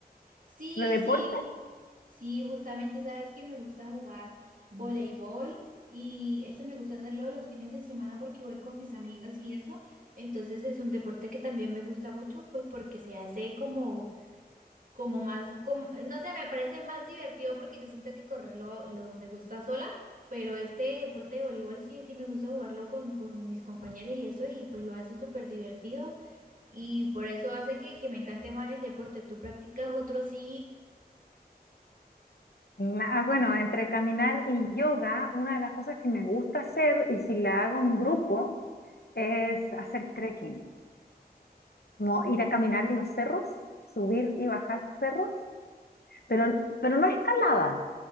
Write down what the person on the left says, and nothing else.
de deporte?
Na- ah, bueno, entre caminar y yoga, una de las cosas que me gusta hacer y si la hago en grupo es hacer trekking, como ir a caminar en los cerros, subir y bajar cerros, pero, pero no escalada.